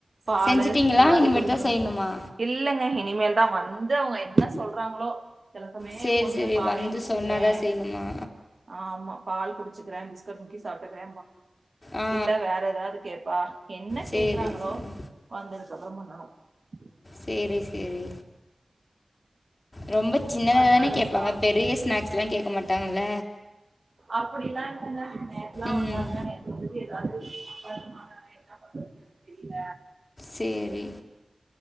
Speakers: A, on the right (about 60°); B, on the left (about 45°).
A: பாலு
B: செஞ்சுட்டிங்களா
A: ஏதாவ்து
B: இனிமேட்டு
A: குடிப்பாங்
B: தா செய்யணுமா
A: இல்லங்க இனிமேல்தா வந்து அவுங்க என்ன சொல்றாங்ளோ சில சமயொ
B: சரி
A: ஏ பொண்ணு
B: சரி
A: பாலையே
B: வந்து
A: குடிச்சுக்கிறே
B: சொன்னாதா செய்யணுமா
A: ஆ ஆமா பால் குடிச்சிக்கிற பிஸ்க்கெட் முக்கி சாப்ட்டுக்குற
B: ஆ
A: இல்ல வேற ஏதாது கேப்பா என்ன
B: சரி
A: கேக்குறாங்களோ
B: சரி
A: வந்துரு <unintelligible>
B: சேரி சேரி ரொம்ப சின்னதாதான
A: பண்ணாத
B: கேப்பாங்க
A: சா
B: பெரிய ஸ்நாக்ஸ்லா கேக்க மாட்டாங்கல்ல
A: அப்படில்லா இல்லங்க நேத்லா
B: ம்
A: வந்தாங்க நேத்து <unintelligible> ஏதாவ்து <inaudible> என்ன பண்றது தெரியில
B: சரி